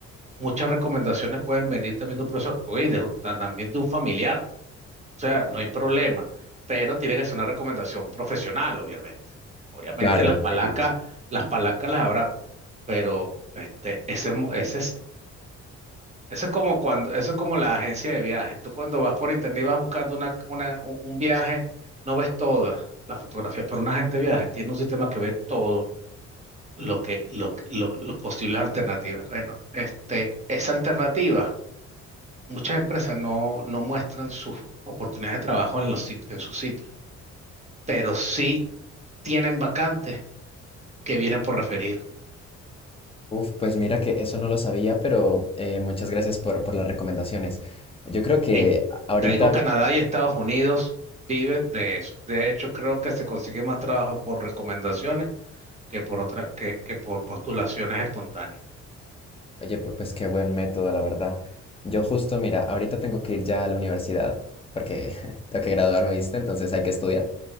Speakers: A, on the right; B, on the left.
A: muchas recomendaciones pueden venir también de un profesor, oye, de- ta- también de un familiar. O sea, no hay problema, pero tiene que ser una recomendación profesional, obviamente. Obviamente
B: Claro,
A: las
B: entiendo.
A: palancas, las palancas las habrán, pero este, ese, mo- ese es, eso es como cuando, eso es como la agencia de viajes. Tú cuando vas por internet y vas buscando una, una- un un viaje, no ves todas las fotografías, pero una agente de viajes tiene un sistema que ve todo lo que, lo, que- lo, los posibles alternativas. Bueno, este, esa alternativa, muchas empresas no, no muestran sus oportunidades de trabajo en los sit- en sus sitios. pero sí tienen vacantes que vienen por referido.
B: Uf, pues mira que eso no lo sabía, pero eh, muchas gracias por, por las recomendaciones. Yo creo que
A: En,
B: a- ahorita,
A: te digo,
B: ahorita-
A: Canadá y Estados Unidos viven de eso. De hecho, creo que se consigue más trabajo por recomendaciones que por otra, que, que por postulaciones espontáneas.
B: oye, pu- pues qué buen método, la verdad. Yo justo, mira, ahorita tengo que ir ya a la universidad porque <laughs> tengo que graduarme, ¿viste? Entonces hay que estudiar.